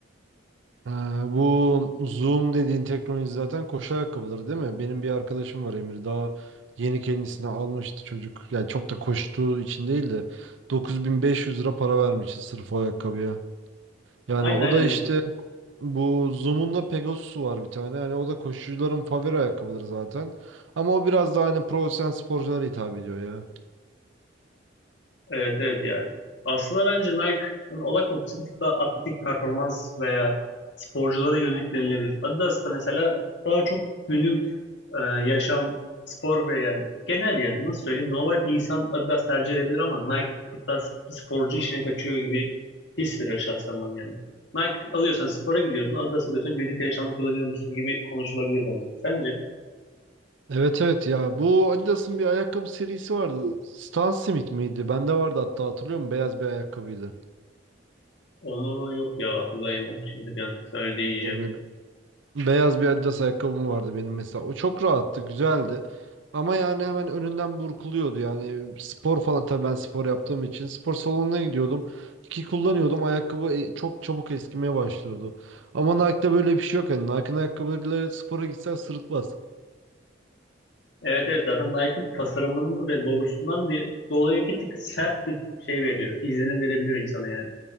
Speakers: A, on the right; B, on the left.
A: Ha, bu Zoom dediğin teknoloji zaten koşu ayakkabıları değil mi? Benim bir arkadaşım var Emir. Daha yeni kendisine almıştı çocuk. Yani çok da koştuğu için değil de 9500 lira para vermişti sırf o ayakkabıya. Yani
B: Aynen
A: o
B: aynen.
A: da işte bu Zoom'un da Pegasus'u var bir tane. Hani o da koşucuların favori ayakkabıları zaten. Ama o biraz daha hani profesyonel sporculara hitap ediyor ya.
B: Evet evet ya. Aslında bence Nike'ın odak noktası bir tık daha atletik performans veya sporculara yönelik denilebilir. Adidas da mesela daha çok günlük e, yaşam, spor ve yani genel yani nasıl söyleyeyim normal bir insan Adidas tercih edebilir ama Nike bir tarz sporcu işine kaçıyor gibi his veriyor şahsen bana yani. Nike alıyorsan spora gidiyorsun, Adidas alıyorsan günlük yaşamda kullanıyor musun gibi konuşulabilir bence. Sence?
A: Evet evet ya bu Adidas'ın bir ayakkabı serisi vardı. Stan Smith miydi? Bende vardı hatta hatırlıyorum beyaz bir ayakkabıydı.
B: Onu yok ya hatırlayamam şimdi bir an söyledi iyice.
A: Böyle Beyaz bir Adidas ayakkabım vardı benim mesela. O çok rahattı, güzeldi. Ama yani hemen önünden burkuluyordu. Yani spor falan tabii ben spor yaptığım için spor salonuna gidiyordum. İki kullanıyordum. Ayakkabı e, çok çabuk eskimeye başlıyordu. Ama Nike'da böyle bir şey yok. Yani Nike'ın ayakkabılarıyla spora gitsen sırıtmaz.
B: Evet evet zaten Nike'ın tasarımının ve logosundan bir dolayı bir tık sert bir şey veriyor. İzlenim verebiliyor insana yani.